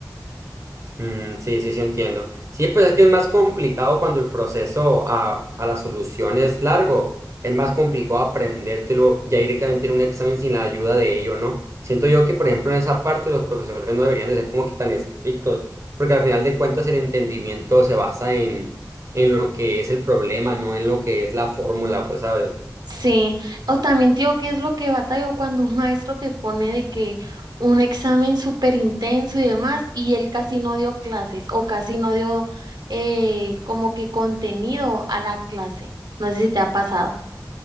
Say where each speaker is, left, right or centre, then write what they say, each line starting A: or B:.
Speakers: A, on the right; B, on the right.
A: Mm, sí, sí, sí entiendo. Sí, pues es que es más complicado cuando el proceso a, a la solución es largo. Es más complicado aprendértelo ya directamente en un examen sin la ayuda de ello, ¿no? Siento yo que, por ejemplo, en esa parte los profesores no deberían de ser como que tan estrictos, porque al final de cuentas el entendimiento se basa en, en lo que es el problema, no en lo que es la fórmula, pues, ¿sabes?
B: Sí, o también, tío, ¿qué es lo que batallo cuando un maestro te pone de que un examen súper intenso y demás, y él casi no dio clases o casi no dio eh, como que contenido a la clase? No sé si te ha pasado.